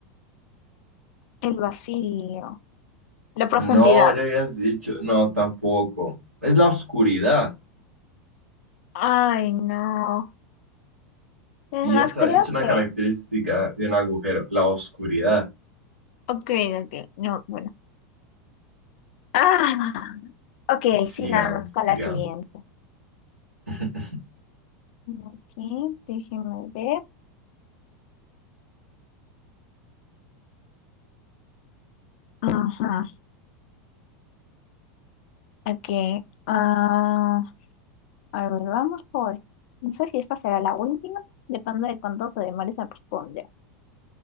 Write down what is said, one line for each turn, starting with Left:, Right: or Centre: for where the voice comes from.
Left: el vacío, la profundidad.
Right: No, ya habías dicho, no, tampoco. Es la oscuridad.
Left: Ay, no. Es
Right: Y
Left: más,
Right: esa
Left: creo
Right: es una
Left: que...
Right: característica de un agujero, la oscuridad.
Left: Ok, ok, no, bueno. Ah, ok,
Right: Sigamos,
Left: sigamos con
Right: sigamos.
Left: la siguiente.
Right: <laughs>
Left: Ok, déjeme ver. Ajá, ok. ah, A ver, vamos por. No sé si esta será la última, depende de cuánto te demores a responder.